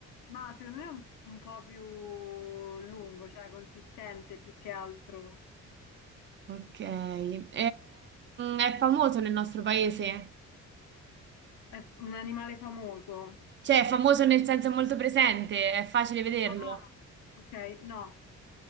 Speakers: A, on the left; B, on the right.
A: Ma secondo me è un, un po' più lungo, cioè consistente più che altro.
B: Ok, Ehm, è famoso nel nostro paese,
A: È f- un animale famoso.
B: cioè è famoso nel senso è molto presente, è facile vederlo.
A: Ah, ok, no.